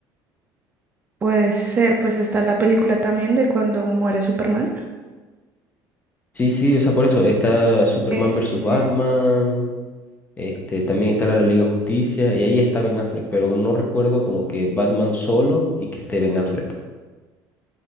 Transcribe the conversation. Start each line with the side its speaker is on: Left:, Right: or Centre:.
Right: Puede ser, pues está la película también de cuando muere Superman.
Left: Sí, sí, o sea, por eso está Superman
Right: Sí, sí,
Left: versus Batman,
Right: sí.
Left: este, también está la de la Liga de Justicia, y ahí está Ben Affleck, pero no recuerdo como que Batman solo y que esté Ben Affleck.